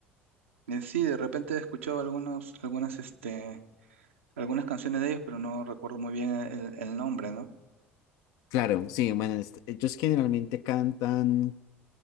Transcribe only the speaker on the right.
Eh, sí, de repente he escuchado algunos, algunas, este, algunas canciones de ellos, pero no recuerdo muy bien el, el nombre, ¿no?